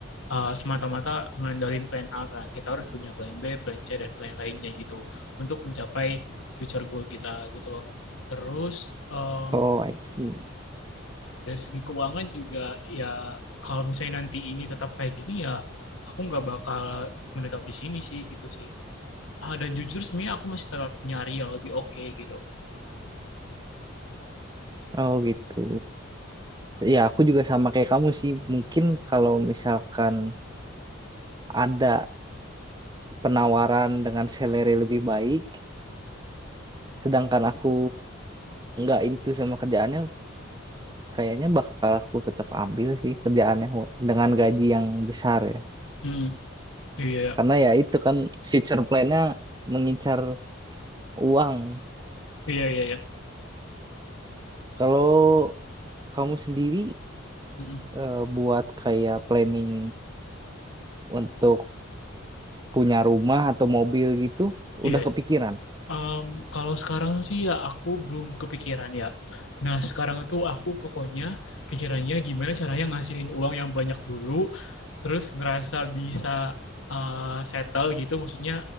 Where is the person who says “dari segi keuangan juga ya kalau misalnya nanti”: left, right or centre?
Left